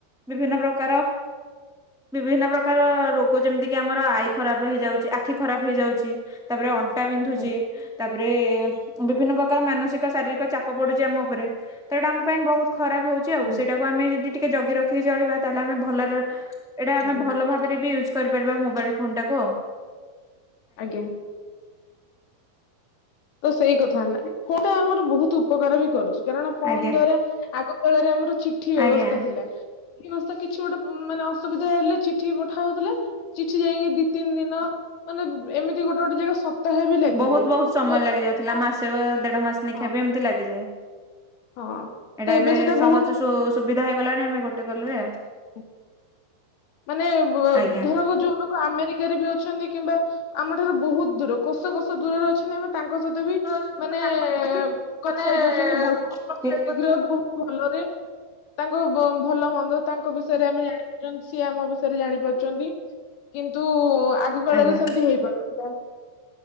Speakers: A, in the centre; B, on the left.
A: ବିଭିନ୍ନ ପ୍ରକାର ବିଭିନ୍ନ ପ୍ରକାର ରୋଗ ଯେମିତି କିି ଆମର ଆଈ ଖରାପ ହେଇଯାଉଚି। ଆଖି ଖରାପ ହେଇଯାଉଚି। ତାପରେ ଅଣ୍ଟା ବିନ୍ଧୁଚି।
B: ଆଜ୍ଞା
A: ତାପ ରେ ଉଁ, ବିଭିନ୍ନ ପ୍ରକାର ମାନସିକ ଶାରୀରିକ ଚାପ ପଡୁଚି ଆମ ଉପରେ। ତ ଏଇଟା ଆମ ପାଇଁ ବହୁତ ଖରାପ ହଉଚି ଆଉ।
B: ହୁଁ
A: ସେଇଟାକୁ ଆମେ ଯଦି ଟିକେ ଜଗି ରଖିକି ଚଳିବା ତାହେଲେ ଆମେ ଭଲରେ ଏଇଟା ଆମେ
B: ଆଜ୍ଞା
A: ଭଲ ଭାବରେ ବି ୟୁଜ୍ କରିପାରିବା ମୋବାଇଲୂ ଫୋନ୍ ଟା କୁ।
B: ଆଜ୍ଞା। ତ ସେଇ କଥା ନା ଫୋନ୍ ଟା ଆମର ବହୁତ ଉପକାର ବି କରୁଚି। କାରଣ ଫୋନ୍
A: ଆଜ୍ଞା
B: ଦ୍ଵାରା ଆଗ କାଳରେ ଆମର ଚିଠି ବ୍ୟବସ୍ଥା
A: ଆଜ୍ଞା
B: ଥିଲା। କି ଅସ କିଛି ଗୋଟେ ଉଁ, ମାନେ ଅସୁବିଧା ହେଲେ ଚିଠି ପଠା ହଉଥିଲା। ଚିଠି ଯାଇକି ଦି ତିନି ଦିନ ମାନେ ଏମିତି ଗୋଟେ ଗୋଟେ ଜାଗା ସପ୍ତାହେ ବି ଲାଗିଯାଏ।
A: ବହୁତ ବହୁତ ସମୟ
B: ତ ଏବେ
A: ଲାଗି ଯାଉଥିଲା।
B: ସେଟା
A: ମାସେ ଦେଢ ମାସ
B: ହଁ
A: ନେଖା ବି ଏମିତି ଲାଗିଯାଏ।
B: ହଁ ତ
A: ଏଇଟା ଏବେ
B: ସେଟା
A: ସହଜ
B: ବହୁତ
A: ସୁ-ସୁବିଧା ହେଇଗଲାଣି ଆମେ ଗୋଟେ କଲରେ ଆଉ।
B: ଉ ମାନେ ବ-
A: ଆଜ୍ଞା
B: ଧର ଯୋଉ ଲୋକ ଆମେରିକାରେ ବି ଅଛନ୍ତି। କିମ୍ବା ଆମ ଠାରୁ ବହୁତ ଦୂର। କୋଷ କୋଷ ଦୂରରେ ଅଛନ୍ତି। ଆମେ ତାଙ୍କ ସହିତ ବି
A: ଅଛି
B: ମାନେ
A: ତାଙ୍କ ସହିତ ବି
B: କଥା
A: ମାନେ
B: ହେଇପାରୁଛନ୍ତି ବହୁତ
A: ଆଜ୍ଞା
B: ଶୀଘ୍ର ବହୁତ ଭଲର। ରେ ତାଙ୍କ ବ-ଭଲ ମନ୍ଦ ତାଙ୍କ ବିଷୟରେ ଆମେ ଜାଣି ପାରୁଚନ। ସିଏ ଆମ ବିଷୟରେ ଜାଣି ପାରୁଚନ୍ତି। କିନ୍ତୁ ଆଗ କାଳରେ
A: ଆଜ୍ଞା
B: ସେମିତି ହେଇପାରୁନଥିଲା।